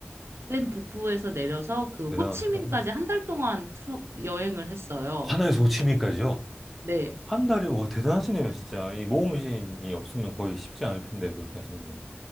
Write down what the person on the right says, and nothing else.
맨 북부에서 내려서 그
호치민까지 한 달 동안 투, 여행을 했어요.
네.